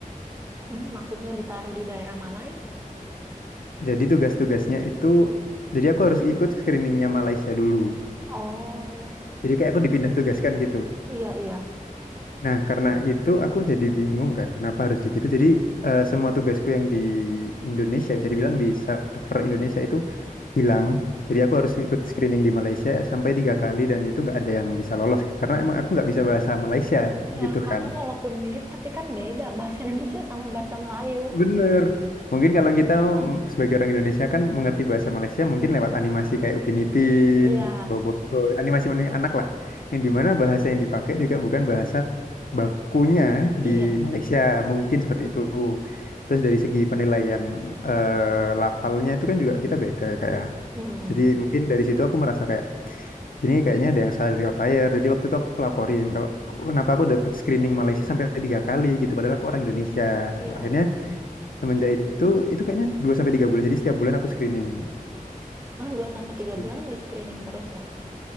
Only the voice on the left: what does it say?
Jadi tugas-tugasnya itu, jadi aku harus ikut screeningnya Malaysia dulu.
Jadi kayak aku dipindah tugaskan gitu.
Nah, karena itu aku jadi bingung kan, kenapa harus di gitu. Jadi eh, semua tugasku yang di Indonesia, bisa dibilang di server Indonesia itu hilang. Jadi aku harus ikut screening di Malaysia sampai tiga kali dan itu nggak ada yang bisa lolos. Karena emang aku nggak bisa bahasa Malaysia
gitu
kan.
Bener. Mungkin kalau kita mm, sebagai orang Indonesia kan mengerti bahasa Malaysia mungkin lewat animasi kayak Upin Ipin,
Bobo, animasi menunjukkan anak lah. Yang dimana bahasa yang dipakai juga bukan bahasa bakunya
di Malaysia, mungkin seperti itu. Terus dari segi penilaian eh, lafalnya itu kan juga kita beda kayak.
Jadi mungkin dari situ aku merasa kayak ini kayaknya ada yang salah dari outlier. Jadi waktu itu aku laporin kalau kenapa aku dapat screening Malaysia sampai tiga kali gitu padahal aku orang Indonesia.
Gitu. Akhirnya semenjak itu itu kayaknya 2 sampai 3 bulan. Jadi setiap bulan aku screening.
Screen-